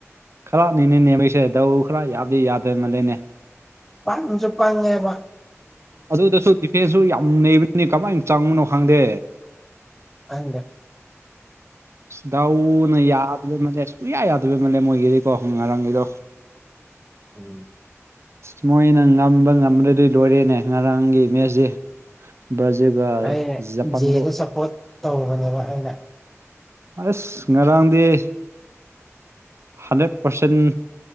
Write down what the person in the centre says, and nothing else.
ꯄꯥꯡꯁꯨ ꯄꯉꯦꯕ
ꯑꯪꯗ
ꯎꯝ
ꯑꯩ
ꯖꯦꯗ ꯁꯞꯄꯣꯔꯠ ꯇꯧꯕꯅꯦꯕ ꯑꯩꯅ